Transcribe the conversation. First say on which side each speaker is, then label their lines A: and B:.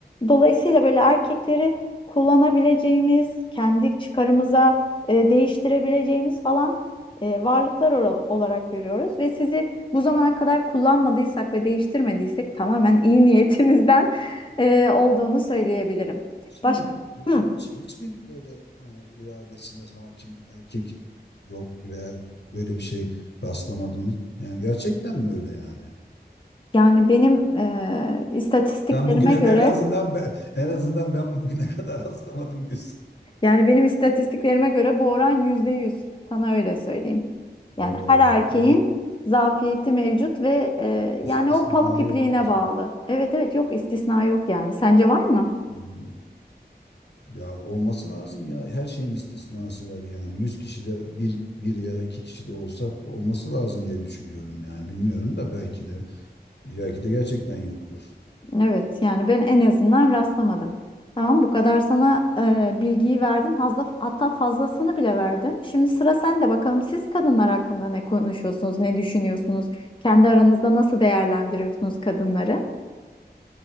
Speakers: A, on the left (about 30°); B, on the left (about 80°).
A: Dolayısıyla böyle erkekleri kullanabileceğimiz, kendi çıkarımıza e, değiştirebileceğimiz falan e, varlıklar ora- olarak görüyoruz ve sizi bu zamana kadar kullanmadıysak ve değiştirmediysek tamamen iyi niyetimizden <laughs> e, olduğunu söyleyebilirim.
B: Hiç mi
A: Başka
B: peki
A: Hı.
B: hiç, hiç mi böyle e, iradesine hakim erkek yok ve böyle bir şey rastlamadınız? Yani gerçekten mi öyle yani?
A: yani benim e, istatistiklerime
B: Ben bugüne
A: göre
B: en azından be- en azından ben bugüne kadar <laughs> rastlamadım diyorsun.
A: yani benim istatistiklerime göre bu oran yüzde yüz. Sana öyle söyleyeyim.
B: Oo,
A: Yani her erkeğin
B: o zaman
A: zafiyeti mevcut ve e,
B: İstisna
A: yani o pamuk ipliğine
B: yok diyorsun.
A: bağlı. Evet evet yok istisna yok yani. Sence var mı?
B: Hmm. Ya olması lazım ya. Her şeyin istisnası var yani. yüz kişi de bir, bir yere iki kişi de olsa olması lazım diye düşünüyorum yani. Bilmiyorum da belki de belki de gerçekten yoktur.
A: Evet yani ben en azından rastlamadım. Tamam bu kadar sana e, bilgiyi verdim. Fazla, hatta fazlasını bile verdim. Şimdi sıra sende bakalım siz kadınlar hakkında ne konuşuyorsunuz, ne düşünüyorsunuz? Kendi aranızda nasıl değerlendiriyorsunuz kadınları?